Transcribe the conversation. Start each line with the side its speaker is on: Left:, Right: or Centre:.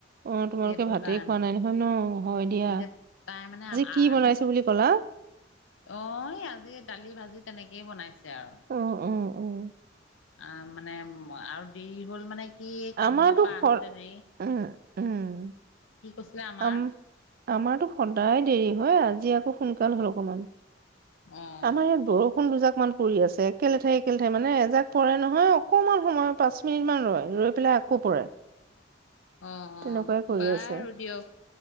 Right: অ তোমালোকে
Left: সেইটো
Right: ভাতেই
Left: কাৰণে
Right: খোৱা নাই নহয় ন হয় দিয়া
Left: এতিয়া তাই মানে
Right: কি
Left: আজি
Right: বনাইছো বুলি ক'লা?
Left: অহ আজি দালি ভাজি তেনেকেই বনাইছে আৰু
Right: উম, উম, উম।
Left: অ মানে আৰু দেৰি হ'ল মানে সি কামৰ
Right: আমাৰতো
Left: পৰা
Right: সৰ
Left: আহোতে দেৰি
Right: উম, উম,
Left: কি কৈছিলে আমাৰ
Right: আম আমাৰতো সদায় দেৰি হয় আজি আকৌ সোনকাল হ'ল অকমান।
Left: অ
Right: আমাৰ ইয়াত বৰষুণ দুজাক মান পৰি আছে একেলেথেৰি একে লেথেৰি মানে এজাক পৰে নহয় অকমান সময় পাঁচ মিনিট মান ৰয় ৰৈ পেলাই আকৌ পৰে।
Left: অ',
Right: তেনেকুৱাই
Left: অ',
Right: কৰি
Left: বাৰু
Right: আছে
Left: দিয়ক